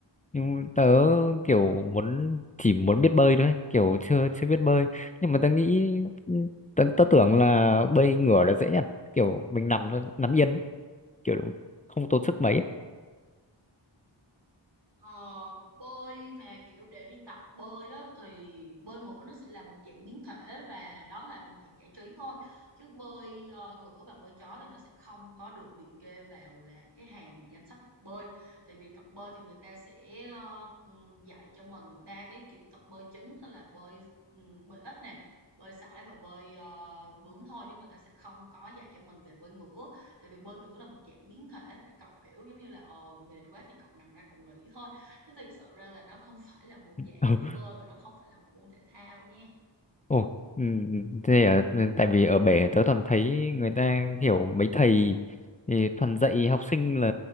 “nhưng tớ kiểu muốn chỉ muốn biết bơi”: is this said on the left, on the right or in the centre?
Left